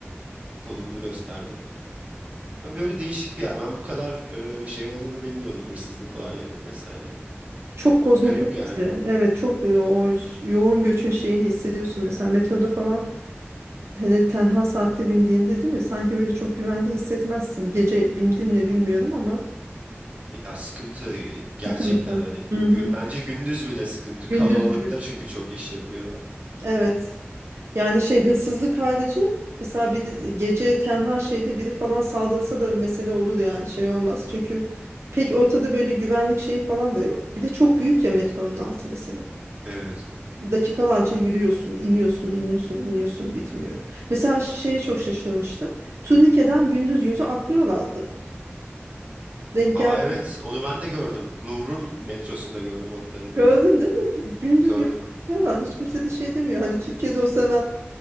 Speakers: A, on the right (about 30°); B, on the right (about 75°).
A: Konumunu gösterdim. Abi Böyle değişik bir yer. Ben bu kadar e, şey olduğunu bilmiyordum hırsızlık olaylarının vesaire.
B: çok kozmopolit.
A: Garip geldi
B: ya.
A: bana.
B: Evet çok yo- o ş- yoğun göçün şeyini hissediyorsun. Mesela metroda falan hele tenha saatte bindiğinde değil mi? Sanki böyle çok güvende hissetmezsin. Gece bindin mi bilmiyorum ama
A: Ya sıkıntı e, gerçekten
B: Sıkıntı.
A: hani.
B: Hı hı.
A: gü- Bence gündüz bile sıkıntı.
B: Gündüz
A: Kalabalıkta
B: bile.
A: çünkü çok iş yapıyorlar.
B: Evet. Yani şey hırsızlık harici mesela biri gece tenha şeyde biri falan saldırsa da mesele olur yani şey olmaz. Çünkü pek ortada böyle güvenlik şeyi falan da yok. Bir de çok büyük ya metronun altı mesela.
A: Evet.
B: Dakikalarca yürüyorsun, iniyorsun, iniyorsun, iniyorsun bitmiyor. Mesela şeye çok şaşırmıştım. Turnikeden gündüz yüzü atlıyorlardı. Denk
A: Aa
B: geldi.
A: evet onu ben de gördüm. Louvre'un metrosunda gördüm hatta direkt.
B: Gördün değil mi? Dü- Gündüz
A: Gördüm.
B: gün diyorlar. Hiç kimse de şey demiyor. Hani Türkiye'de olsa hemen